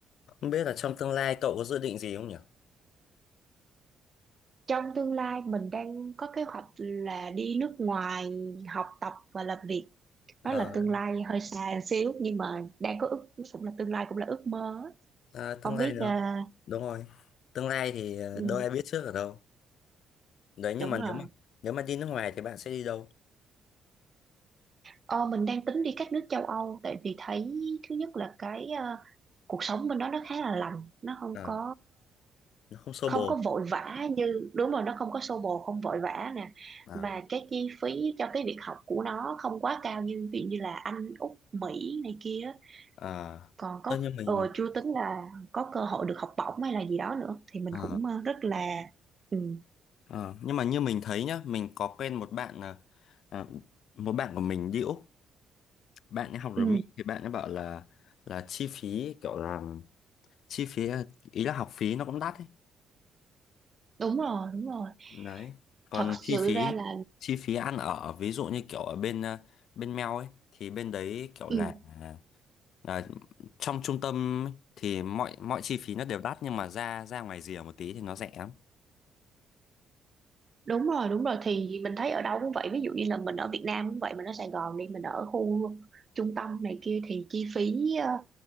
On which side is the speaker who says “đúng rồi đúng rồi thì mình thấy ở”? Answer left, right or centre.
Right